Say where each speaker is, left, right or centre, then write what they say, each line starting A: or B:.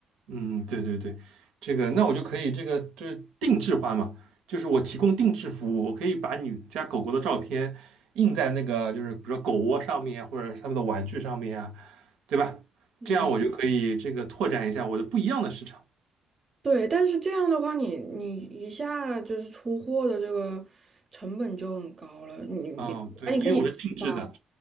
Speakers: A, on the right; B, on the right.
A: 嗯，对对对，这个那我就可以这个就是定制化嘛，就是我提供定制服务，我可以把你家狗狗的照片印在那个就是比如说狗窝上面或者是他们的玩具上面啊，对吧？
B: 嗯。
A: 这样我就可以这个拓展一下我的不一样的市场。
B: 对，但是这样的话你，你一下就是出货的这个成本就很高了。你你本来你可以批发，
A: 嗯，对，因为我是定制的。